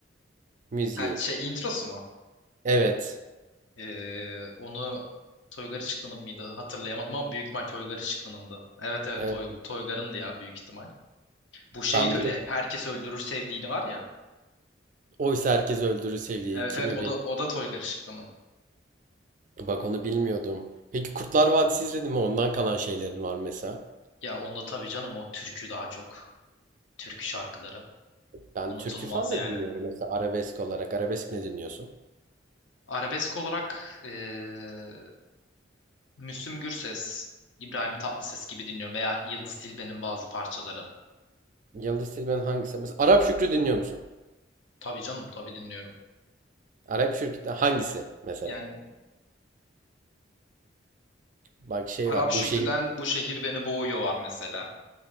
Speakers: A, on the right; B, on the left.
A: müziği.
B: Ha, şey introsu mu?
A: Evet.
B: Ee, onu Toygar Işıklı'nın mıydı? Hatırlayamadım ama büyük ihtimal Toygar Işıklı'nındı. Evet evet
A: Evet.
B: Toy, Toygar'ındı ya büyük ihtimal. Bu şey
A: Ben
B: de öyle.
A: bir de
B: Herkes öldürür sevdiğini var ya.
A: Oysa Herkes Öldürür Sevdiği
B: Evet
A: kimi
B: evet o
A: bir
B: da o da Toygar Işıklı'nın.
A: bak onu bilmiyordum. Peki Kurtlar Vadisi izledin mi? Ondan kalan şeylerin var mesela.
B: Ya onda tabii canım o türkü daha çok. Türkü şarkıları.
A: Ben
B: Unutulmaz
A: türkü falan da
B: yani.
A: dinliyorum mesela arabesk olarak. Arabesk ne dinliyorsun?
B: Arabesk olarak ee, Müslüm Gürses, İbrahim Tatlıses gibi dinliyorum veya Yıldız Tilbe'nin bazı parçaları.
A: Yıldız Tilbe'nin hangisi? Mesela Arap Şükrü dinliyor musun?
B: Tabii canım tabii dinliyorum.
A: Arap Şükrü'den hangisi mesela?
B: Yani
A: Bak şey
B: Arap
A: var.
B: Şükrü'den
A: Bu şehir
B: Bu Şehir Beni Boğuyor var mesela.